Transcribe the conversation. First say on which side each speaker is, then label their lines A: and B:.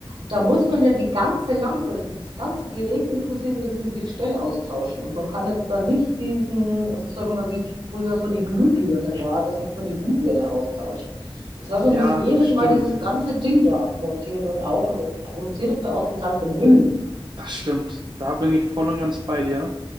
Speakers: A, on the right; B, on the right.
A: da muss man ja die ganze Lampe, das ist das ganze Gerät inklusive diesem Gestell austauschen. Und man kann jetzt da nicht diesen, also sagen wir mal, wie früher so die Glühbirne war, dass man nur die Glühbirne austauscht. Das heißt,
B: ja,
A: man muss jedes
B: stimmt,
A: Mal dieses ganze Ding da abmontieren und auf und das produziert ja auch total viel Müll.
B: das stimmt. Da bin ich voll und ganz bei dir.